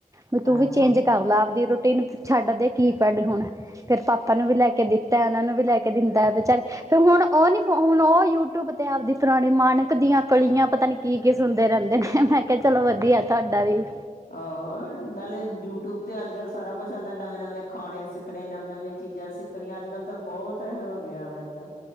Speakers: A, on the right; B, on the left.
A: ਵੀ
B: ਹਾਂਜੀ
A: ਤੂੰ ਵੀ ਚੇਂਜ ਕਰ ਲ ਆਪਦੀ ਰੋ ਟੀ ਨੂੰ ਛੱਡ ਦੇ ਕੀਪੈਡ ਹੁਣ ਫਿਰ ਪਾਪਾ ਨੂੰ ਵੀ ਲੈ ਕੇ ਦਿੱਤਾ ਉਹਨਾਂ ਨੂੰ ਵੀ ਲੈ ਕੇ ਦਿੰਦਾ ਵਿਚਾਰੇ ਫਿਰ ਹੁਣ ਉਹ ਨੀ ਹੁਣ ਉਹ ਯੂਟਿਊਬ ਤੇ ਆਪਦੀ ਪੁਰਾਣੀ ਮਾਨਕ ਦੀਆਂ ਕਲੀਆਂ ਪਤਾ ਨੀ ਕੀ ਕੀ ਸੁਣਦੇ ਰਹਿੰਦੇ ਮੈਂ ਕਿਹਾ ਚਲੋ ਵਧੀਆ ਤੁਹਾਡਾ ਵੀ
B: ਆਹੋ ਨਾਲੇ ਯੂਟਿਊਬ ਤੇ ਅੱਜ ਕੱਲ੍ਹ ਸਾਰਾ ਕੁਛ ਆਉਂਦਾ ਨਵੇਂ ਨਵੇਂ ਖਾਣੇ ਸਿੱਖਣੇ ਨਵੀਂ ਨਵੀਂ ਚੀਜ਼ਾਂ ਸਖ ਣੀ ਅੱਜ ਕੱਲ੍ਹ ਤਾਂ ਬਹੁਤ ਇਹ ਵਿਆ ਵਾ ਏਦਾਂ